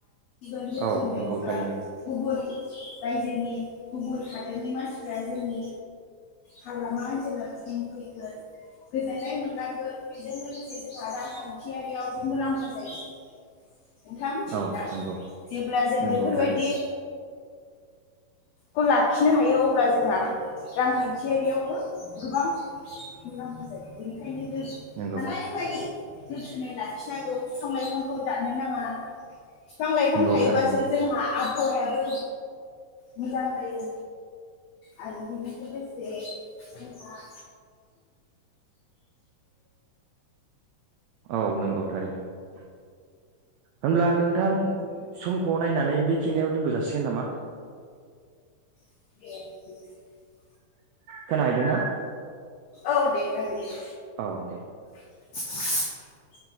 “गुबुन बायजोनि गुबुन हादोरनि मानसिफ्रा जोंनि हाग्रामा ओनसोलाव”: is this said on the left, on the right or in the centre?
Left